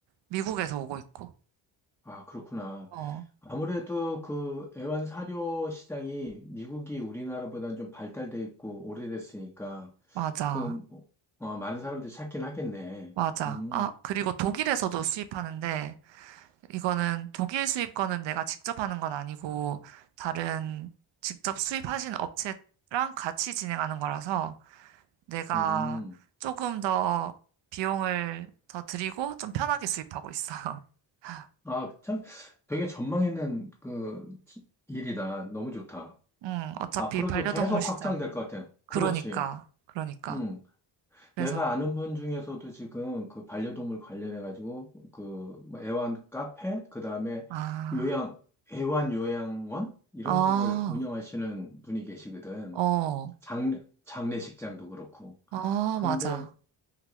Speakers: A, on the right; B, in the centre.
A: 미국에서 오고 있고.
B: 아, 그렇구나.
A: 어,
B: 아무래도 그 애완 사료 시장이 미국이 우리나라보다는 좀 발달돼 있고 오래됐으니까
A: 맞아.
B: 그 뭐, 어, 많은 사람들이 찾긴 하겠네.
A: 맞아.
B: 음,
A: 아, 그리고 독일에서도 수입하는데, 이거는 독일 수입 거는 내가 직접 하는 건 아니고 다른 직접 수입하신 업체랑 같이 진행하는 거라서 내가
B: 음.
A: 조금 더 비용을 더 드리고 좀 편하게 수입하고 있어. <laughs>
B: 아, 참 되게 전망 있는 그 일이다. 너무 좋다.
A: 응, 어차피
B: 앞으로도
A: 반려동물
B: 계속
A: 시장.
B: 확장될 것 같아요.
A: 그러니까,
B: 그렇지.
A: 그러니까.
B: 음.
A: 그래서,
B: 내가 아는 분 중에서도 지금 그 반려동물 관련해가지고 그뭐 애완 카페, 그 다음에
A: 아,
B: 요양, 애완 요양원? 이런
A: 아,
B: 거를 운영하시는 분이 계시거든.
A: 어,
B: 장례, 장례식장도 그렇고.
A: 아,
B: 그런데
A: 맞아.